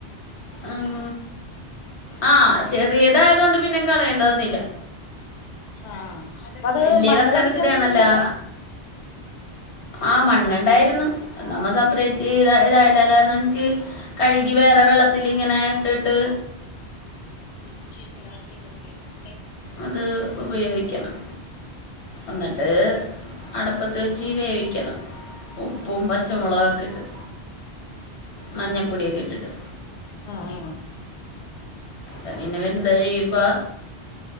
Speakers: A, on the left; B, on the left.
A: ഉം ആ ചെറിയതായതുകൊണ്ട് പിന്നെ കളയേണ്ടവന്നില്ല
B: ആ അപ്പ അത്
A: വലിയ
B: മണ്ണ്
A: കക്കറച്ചിടയാണല്ലോ
B: കടിക്കലൊന്നും ഇല്ലല്ലോ
A: ആഹഗു മണ്ണ്ണ്ടായിരുന്നു നമ്മ സെപ്പറേറ്റ് ചെയ്ത് ഇതായില്ലായിരുന്നെങ്കി കഴുകി വേറെ വെള്ളത്തില് ഇങ്ങനെയിട്ടിട്ട്
B: സ് ചീല്ലാ നക്കതി <unintelligible>
A: അത് ഉപയോഗിക്കണം അന്നിട്ട് അടപ്പത്ത് വെച്ചീ വേവിക്കണം ഉപ്പും പച്ചമുളകൊക്കെ ഇട്ട് മഞ്ഞപ്പൊടിയൊക്കെ ഇട്ടിട്ട്
B: ആഹ് ആ
A: പിന്ന വെന്ത കഴിയുമ്പ